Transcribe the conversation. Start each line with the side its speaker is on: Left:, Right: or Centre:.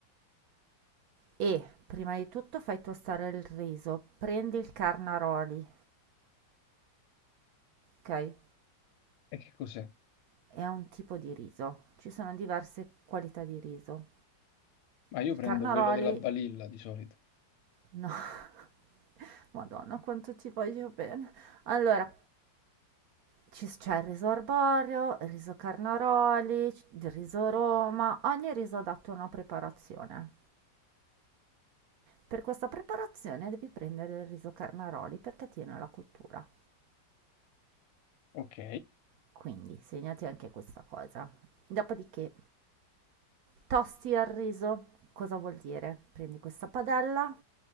Right: e prima di tutto fai tostare il riso, prendi il carnaroli, ok?
Left: E che cos'è?
Right: È un tipo di riso, ci sono diverse qualità di riso.
Left: Ma io
Right: Il
Left: prendo
Right: carnaroli,
Left: quello della balilla di solito.
Right: no, <laughs> Madonna, quanto ci voglio bene. Allora, Ci s- c'è il riso arborio, il riso carnaroli, c- il riso Roma, ogni riso ha dato una preparazione. Per questa preparazione devi prendere il riso carnaroli perché tiene la cottura.
Left: Ok.
Right: Quindi segnati anche questa cosa. Dopodiché tosti il riso. Cosa vuol dire? Prendi questa padella